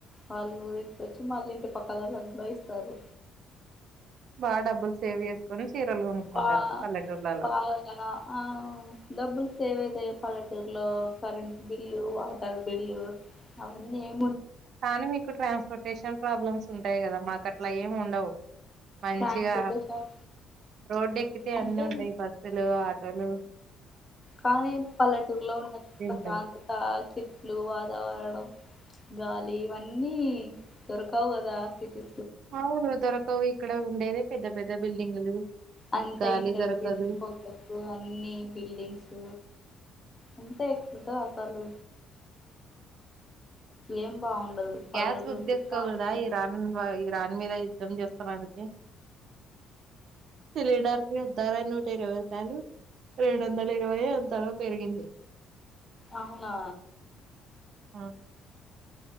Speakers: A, on the left (about 20°); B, on the right (about 60°).
A: వాళ్ళు తీసుకొచ్చి మళ్ళ ఇంటి పక్కవాళ్ళకు కూడా ఇస్తారు
B: బా డబ్బులు సేవ్ చేసుకొని చీరలు కొనుక్కుంటారు
A: బా
B: పల్లెటూర్లలో
A: బాగా ఆ డబ్బుల్ సేవ్ అయితయి పల్లెటూరులో కరెంట్ బిల్లు వాటర్ బిల్లు అవన్నీ ఏ
B: కానీ మీకు ట్రాన్స్పోర్టేషన్ ప్రాబ్లమ్స్ ఉంటాయి కదా మాకు అట్లా ఏం ఉండవు మంచిగా
A: ట్రాన్స్పోర్టేషన్
B: రోడ్డు ఎక్కితే
A: అంటే
B: అన్ని ఉంటాయి బస్సులు ఆ టోలు
A: కానీ పల్లెటూరులో ఉన్న ప్రశాంతత
B: ఉంటాయి
A: చెట్లు వాతావరణం గాలి ఇవన్నీ దొరకావు కదా సిటి
B: అవును దొరకవు ఇక్కడ ఉండేదే పెద్ద పెద్ద బిల్డింగులు
A: అంత
B: గాలి
A: ఇండస్ట్రీస్
B: దొరకదు
A: పోత అన్ని బిల్డింగ్స్ అంతే ఎట్లా ఉంటది అసలు ఏం బాగుండదు పల్లెటూరులో
B: గ్యాస్ బుక్చేసుకోకుడా
A: బాగుంటది
B: ఈ రన్ దాని మీద యుద్ధం చేస్తున్ననీకి సిలిండర్ ధర నూట ఇరవై రూపాయలు ఏడు వందల ఇరవైఓ ఎంతనో పెరిగింది
A: అవునా
B: ఆ